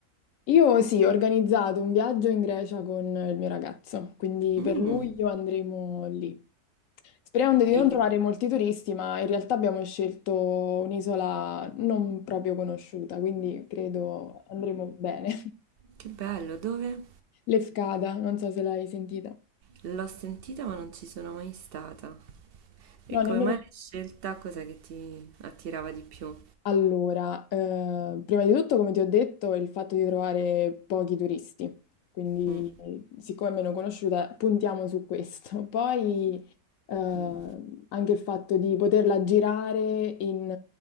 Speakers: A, on the left; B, on the right.
A: Io sì, ho organizzato un viaggio in Grecia con il mio ragazzo, quindi
B: Mm.
A: per luglio andremo lì. Sperando di
B: E
A: non
B: in-
A: trovare molti turisti, ma in realtà abbiamo scelto un'isola non proprio conosciuta, quindi credo andremo bene.
B: Che bello, dove?
A: <laughs> Lefkada, non so se l'hai sentita.
B: L'ho sentita ma non ci sono mai stata. E
A: No,
B: come
A: nemmeno.
B: mai l'hai scelta? Cos'è che ti attirava di più?
A: Allora, eh, prima di tutto, come ti ho detto, è il fatto di trovare pochi turisti, quindi
B: Mm,
A: siccome è meno conosciuta, puntiamo su questo. <laughs> Poi eh,
B: mm,
A: anche il fatto di poterla girare in